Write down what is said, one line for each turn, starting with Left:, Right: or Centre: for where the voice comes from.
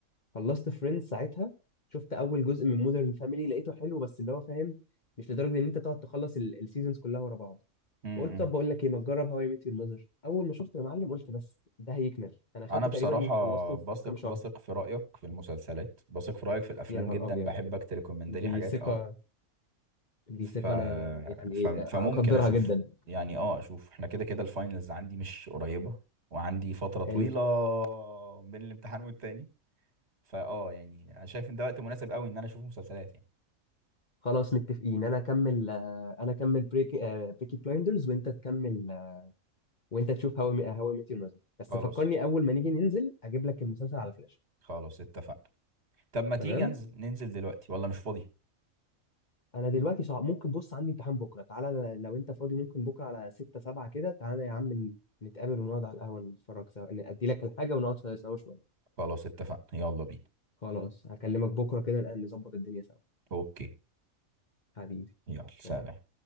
Left: خلصت فريندز ساعتها شفت اول جزء من مودرن فاميلي لقيته حلو بس اللي هو فاهم مش لدرجه ان انت تقعد تخلص ال- السيزونز كلها ورا بعض
Right: امم
Left: وقلت طب بقول لك ايه ما تجرب هواي ميت يور ماذر اول ما شفت يا معلم قلت بس ده هيكمل انا خدته
Right: انا بصراحة
Left: تقريبا خلصته
Right: بثق
Left: في كام شهر
Right: بثق في رأيك في المسلسلات بثق في رأيك في الافلام
Left: يا نهار
Right: جدا
Left: ابيض
Right: بحبك تريكومند
Left: دي
Right: لي حاجات
Left: ثقه
Right: اه
Left: دي
Right: ف...
Left: ثقة أنا يعني
Right: ف... فممكن
Left: أقدرها
Right: اشوف
Left: جدا
Right: يعني اه اشوف احنا كده كده الفاينلز عندي مش قريبة وعندي فترة طويلة
Left: حلو
Right: بين الامتحان والتاني فاه يعني انا شايف ان ده وقت مناسب قوي ان انا اشوف مسلسلات يعني
Left: خلاص متفقين أنا أكمل آه، أنا أكمل بريكي آه، بيكي بلايندرز وأنت تكمل آه، وأنت تشوف هاو هاو ميت يور ماذر بس
Right: خلاص
Left: فكرني أول ما نيجي ننزل أجيب لك المسلسل على فلاش
Right: خلاص اتفقنا طب ما تيجي
Left: تمام
Right: انزل ننزل دلوقتي ولا مش فاضي
Left: أنا دلوقتي صعب ممكن بص عندي امتحان بكرة تعالى لو أنت فاضي ممكن بكرة على 6 7 كده تعالى يا عم ن- نتقابل ونقعد على القهوة نتفرج سوا إن أدي لك الحاجة ونقعد سوا شوية
Right: خلاص اتفقنا يلا بينا
Left: خلاص هكلمك بكرة كده نبقى نظبط الدنيا سوا
Right: اوكي
Left: حبيبي
Right: يلا سلام
Left: سلام